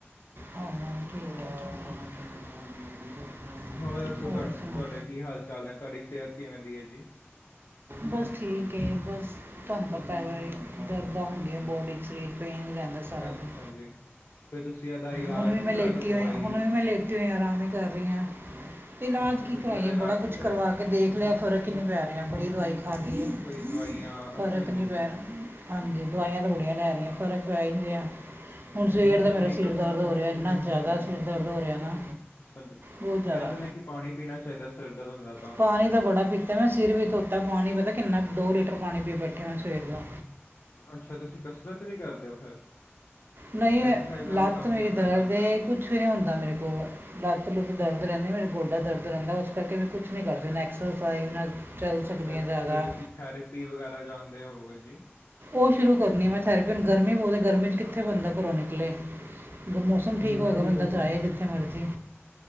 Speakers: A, on the right (about 55°); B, on the left (about 75°).
A: ਹਾਂ ਠੀਕ ਹੈ ਠੀਕ ਹੈ
B: ਹੋਰ ਦੱਸੋ ਤੁਹਾ ਤੁਹਾਡੇ
A: ਸੁਣਾ
B: ਕੀ ਹਾਲ ਚਾਲ ਨੇ, ਤੁਹਾਡੀ ਸਿਹਤ ਕਿਵੇਂ ਦੀ ਏ।
A: ਬਸ ਠੀਕ ਏ, ਬਸ ਤੁਹਾਨੂੰ ਪਤਾ ਹੈ ਬਾਈ ਦਰਦਾਂ ਹੁੰਦੀਆਂ ਬੋਡੀ ਚ ਸਰੀਰ ਪੇਨ ਰਹਿੰਦਾ ਸਾਰਾ
B: ਅੱਛਾ
A: ਦਿਨ।
B: ਜੀ ਫਿਰ ਤੁਸੀਂ ਇਹਦਾ ਇਲਾਜ
A: ਹੁਣ ਵੀ
B: ਨਹੀਂ
A: ਮੈਂ
B: ਕਰਾਇਆ
A: ਲੇਟੀ
B: ਕੋਈ ਦਵਾਈ
A: ਹੋਈ ਹੁਣ ਵੀ ਮੈਂ ਲੇਟੀ ਹੋਈ ਆਂ ਆਰਾਮ ਹੀ ਕਰ ਰਹੀ ਹਾਂ। ਇਲਾਜ
B: ਅੱਛਾ ਤੁਸੀਂ
A: ਕੀ ਕਰਾਈਏ
B: ਇਹਦਾ ਇਲਾਜ
A: ਬੜਾ ਕੁਛ
B: ਨਹੀਂ ਕਰਾਇਆ
A: ਕਰਵਾ
B: ਕੋਈ
A: ਕੇ
B: ਹਾਂਜੀ
A: ਦੇਖ ਲਿਆ ਫਰਕ ਈ ਨਹੀਂ ਪੈ ਰਿਹਾ ਬੜੀ ਦਵਾਈ ਖਾ ਲਈ ਏ।
B: ਕੋਈ ਦਵਾਈਆਂ
A: ਫ਼ਰਕ
B: ਅੱਛਾ ਜੀ
A: ਨੀ ਪੈ ਰਿਹਾ
B: ਹੂੰ
A: ਹਾਂਜੀ ਦਵਾਈਆਂ ਤਾਂ ਬੜੀਆਂ ਲੈ ਲਈਆਂ, ਫ਼ਰਕ ਪੈ ਹੀ ਨਹੀਂ ਰਿਹਾ। ਹੁਣ ਸਵੇਰ
B: ਫਿਰ
A: ਦਾ
B: ਤੁਸੀਂ
A: ਮੇਰਾ
B: ਕਸ
A: ਸਿਰ ਦਰਦ ਹੋ ਰਿਹਾ, ਇੰਨਾ ਜ਼ਿਆਦਾ ਸਿਰ ਦਰਦ ਹੋ ਰਿਹਾ ਨਾ
B: ਅੱਛਾ ਜੀ
A: ਬਹੁਤ ਜ਼ਿਆਦਾ
B: ਕਹਿੰਦੇ ਨੇ ਕਿ ਪਾਣੀ ਪੀਣਾ ਚਾਹੀਦਾ ਸਿਰ ਦਰਦ ਹੁੰਦਾ
A: ਪਾਣੀ ਤਾਂ ਦਾ ਬੜਾ ਪੀਤਾ ਮੈਂ ਸਿਰ ਵੀ ਧੋਤਾ ਪਾਣੀ ਪਤਾ ਕਿੰਨਾ ਦੋ ਲੀਟਰ ਪਾਣੀ ਪੀ ਬੈਠੀ ਮੈਂ ਸਵੇਰ ਦਾ।
B: ਅੱਛਾ ਤੁਸੀਂ ਕਸਰਤ ਵੀ ਕਰਦੇ ਹੋ ਫਿਰ
A: ਨਹੀਂ
B: ਐਕਸਰਸਾਈਜ਼ ਨਾਲ
A: ਲੱਤ
B: ਵੀ ਕਾਫੀ
A: ਮੇਰੀ
B: ਅਸਰ
A: ਦਰਦ
B: ਪੈਂਦਾ
A: ਏ ਕੁਛ ਵੀ ਨਹੀਂ ਹੁੰਦਾ ਮੇਰੇ ਕੋਲੋਂ ਲੱਤ ਲੁੱਤ ਦਰਦ
B: ਹੂੰ
A: ਰਹਿੰ ਨਹੀਂ ਮੇਰਾ ਗੋਡਾ ਦਰਦ ਰਹਿੰਦਾ ਉਸ ਕਰਕੇ ਮੈਂ ਕੁਛ ਨਹੀਂ ਕਰਦੀ ਨਾ ਐਕਸਰਸਾਈਜ਼ ਨਾ ਚੱਲ ਸਕਦੀ
B: ਫਿਰ-
A: ਹਾਂ ਜ਼ਿਆਦਾ
B: ਫਿਰ ਤੁਸੀਂ ਥੈਰੇਪੀ ਵਗੈਰਾ ਜਾਂਦੇ ਹੋਂਗੇ ਜੀ।
A: ਉਹ ਸ਼ੁਰੂ ਕਰਨੀ ਮੈਂ ਥੈਰੇਪੀ ਹੁਣ ਗਰਮੀ ਬਹੁਤ ਗਰਮੀ ਚ ਕਿੱਥੇ
B: ਅੱਛਾ
A: ਬੰਦਾ
B: ਜੀ।
A: ਘਰੋਂ ਨਿਕਲੇ। ਜਦੋਂ ਮੌਸਮ ਠੀਕ ਹੋਏਗਾ,
B: ਮੈਂ ਵੀ
A: ਬੰਦਾ
B: ਹੈ ਜੀ।
A: ਜਾਏ ਜਿੱਥੇ ਮਰਜ਼ੀ।